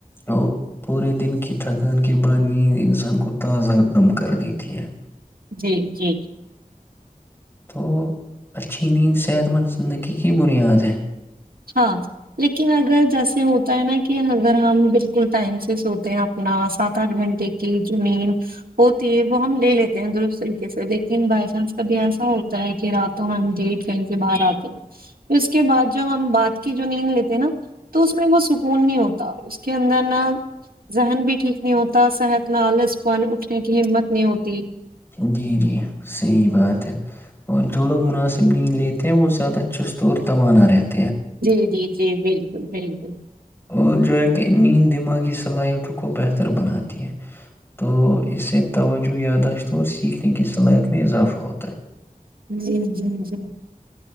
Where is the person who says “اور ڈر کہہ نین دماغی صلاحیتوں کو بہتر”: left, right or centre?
Left